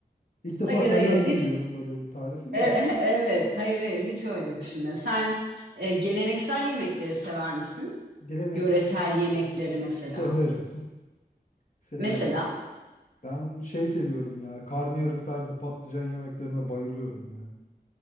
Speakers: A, on the left; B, on the right.
A: İlk defa
B: Hayır,
A: senden
B: hayır, hiç.
A: duyuyorum böyle bir tarifi de.
B: E- <laughs> e- evet, hayır, hayır, hiç öyle düşünme. Sen e, geleneksel yemekleri sever misin?
A: Geleneksel
B: Yöresel
A: Türk
B: yemekleri
A: <laughs>
B: mesela.
A: severim. Severim.
B: Mesela,
A: Ben şey seviyorum ya. Karnıyarık tarzı patlıcan yemeklerine bayılıyorum ya.